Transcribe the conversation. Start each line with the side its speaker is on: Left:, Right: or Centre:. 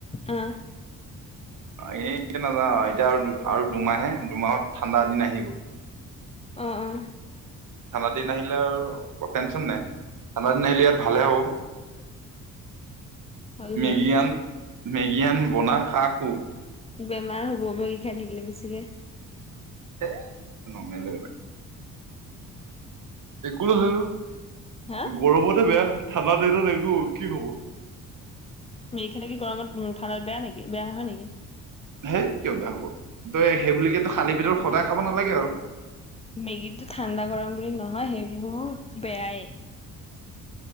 Left: আহ
Right: এই এতিয়া নাজাও আৰু দু আৰু দুমাহে দুমাহত ঠাণ্ডা দিন আহিব
Left: অহ অহ
Right: ঠাণ্ডা দিন আহিলে আৰু টেনচন নাই ঠাণ্ডা দিন আহিলে ইয়াত ভালে হ'ব
Left: হয় বাৰু
Right: মেগী আন মেগী আন বনা খা শু
Left: বেমাৰ হ'ব মেগী খাই থাকিলে বেছিকে
Right: সেই নৰমেল একো নহয়
Left: হা
Right: গৰমতহে বেয়া ঠাণ্ডা দিনত একো কি হ'ব
Left: মেগী খালে কি গৰমত ঠাণ্ডাত বেয়া নেকি বেয়া নহয় নেকি
Right: হেই কিয় বেয়া হব তই সেই বোলি খালি পেটত সদায় খাব নালাগে আক
Left: মেগীতো ঠাণ্ডা গৰম বুলি নহয় সেইবোৰ বেয়াই